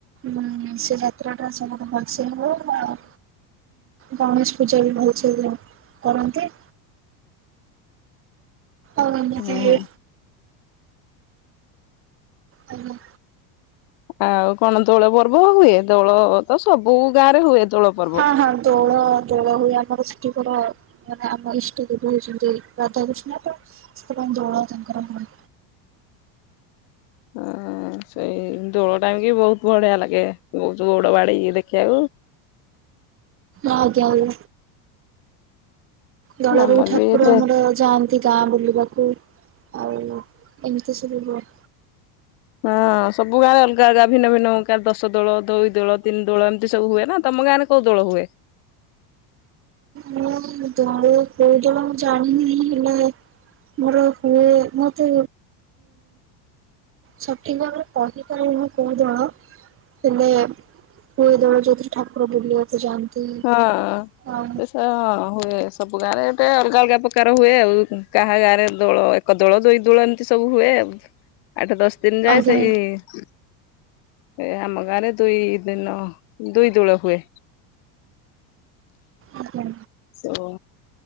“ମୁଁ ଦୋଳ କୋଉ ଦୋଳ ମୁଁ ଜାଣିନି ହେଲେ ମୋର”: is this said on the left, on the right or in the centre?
Right